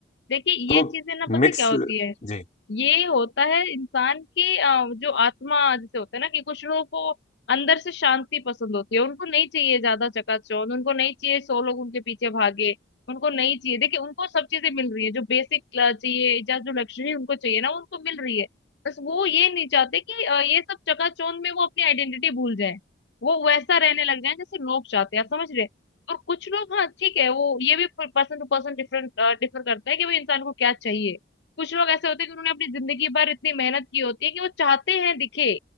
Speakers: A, on the left; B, on the left.
A: देखिए
B: तो
A: ये चीजें ना पता
B: मिक्स
A: है क्या होती है
B: जी
A: ये होता है इंसान की अ, जो आत्मा जैसे होता है ना कि कुछ लोगों को अंदर से शांति पसंद होती है उनको नहीं चाहिए ज्यादा चकाचौंध उनको नहीं चाहिए सौ लोग उनके पीछे भागे उनको नहीं चाहिए देखिए उनको सब चीजें मिल रही है जो बेसिक चाहिए या जो लग्जरी उनको चाहिए ना उनको मिल रही है बस वो ये नहीं चाहते कि अ, ये सब चकाचौंध में वो अपनी आइडेंटिटी भूल जाए वो वैसा रहने लग जाए जैसे लोग चाहते हैं आप समझ रहे हैं? और कुछ लोग हाँ ठीक है वो ये भी person to person different differ करता है कि भाई इंसान को क्या चाहिए कुछ लोग ऐसे होते हैं कि उन्होंने अपनी जिंदगी भर इतनी मेहनत की होती है कि वो चाहते हैं दिखे